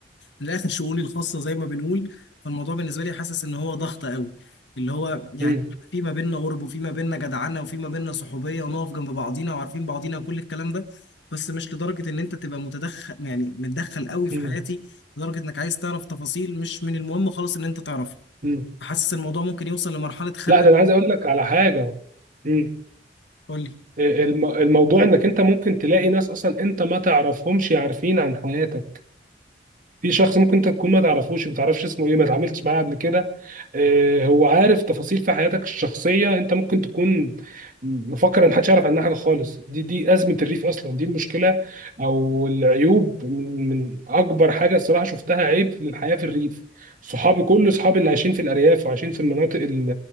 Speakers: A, on the left; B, on the right.
A: من الاخر شؤوني الخاصه زي ما بنقول فالموضوع بالنسبه لي حاسس ان هو ضغط قوي اللي هو يعني
B: مم،
A: في ما بيننا قرب وفي ما بيننا جدعنه وفي ما بيننا صحوبيه ونقف جنب بعضينا وعارفين بعضينا وكل الكلام ده بس مش لدرجه ان انت تبقى متدخل يعني متدخل قوي في
B: مم،
A: حياتي لدرجه انك عايز تعرف تفاصيل مش من المهم خالص ان انت تعرفها
B: مم.
A: حاسس الموضوع ممكن يوصل لمرحلة خنقة
B: لا ده انا عايز اقول لك على حاجة مم.
A: قول لي
B: آه، الم- الموضوع انك انت ممكن تلاقي ناس اصلا انت ما تعرفهمش عارفين عن حياتك في شخص ممكن انت تكون ما تعرفوش ما تعرفش اسمه ايه ما اتعاملتش معاه قبل كده آه، هو عارف تفاصيل في حياتك الشخصيه انت ممكن تكون مفكر ان محدش يعرف عنها حاجه خالص دي دي ازمه الريف اصلا دي المشكله او العيوب من من اكبر حاجه الصراحه شفتها عيب في الحياه في الريف صحابي كل اصحابي اللي عايشين في الارياف وعايشين في المناطق ال-